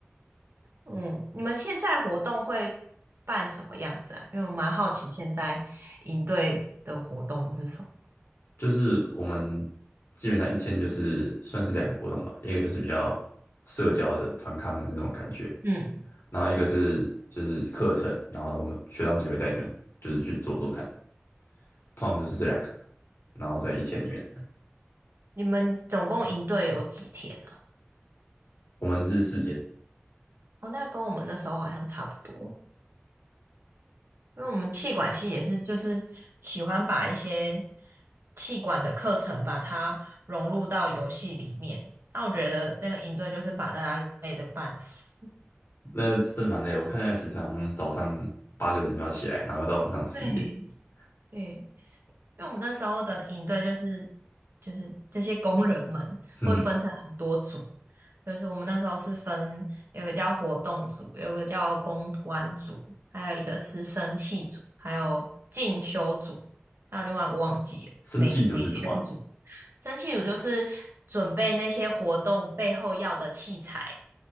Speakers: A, on the right; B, on the left.
A: 嗯，你们现在活动会办什么样子啊？因为我蛮好奇现在营队的活动是什么。
B: 就是我们基本上一天就是算是两个活动吧，一个就是比较社交的团康的那种感觉，
A: 嗯，
B: 然后一个是就是课程，然后我们学长姐会带你们就是去做做看。通常就是这两个，然后在一天里面，
A: 你们总共营队有几天啊？
B: 我们是四天，
A: 哦，那跟我们那时候好像差不多，因为我们气管系也是就是喜欢把一些气管的课程把它融入到游戏里面。那我觉得那个营队就是把大家累得半死。
B: 那真的蛮累的我看那个行程好像早上八九点就要起来，然后到晚上十一点。
A: 对，
B: <laughs>
A: 对，因为我们那时候的营队就是就是这些工人们会分成很多组，
B: 哼哼，
A: 就是我们那时候是分有个叫活动组，有个叫公关组，还有一个是生气组，还有进修组，还有另外一个忘记了美美宣组。
B: 生气组是什么啊
A: 生气组就是准备那些活动背后要的器材，